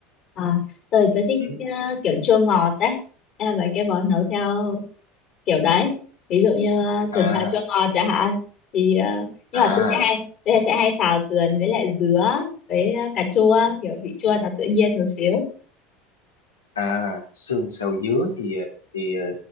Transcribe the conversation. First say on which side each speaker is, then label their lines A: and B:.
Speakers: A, on the left; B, on the left.
A: à, tôi, tôi thích
B: ừ.
A: ờ, kiểu chua ngọt đấy. Em mấy cái món nấu theo kiểu đấy. Ví dụ như ờ, sườn
B: à
A: xào chua ngọt chẳng hạn. Thì, ờ, nhưng
B: à
A: mà tôi sẽ hay tôi sẽ hay xào sườn với lại dứa với ờ, cà chua kiểu vị chua nó tự nhiên một xíu.
B: à xương xào dứa thì thì ờ,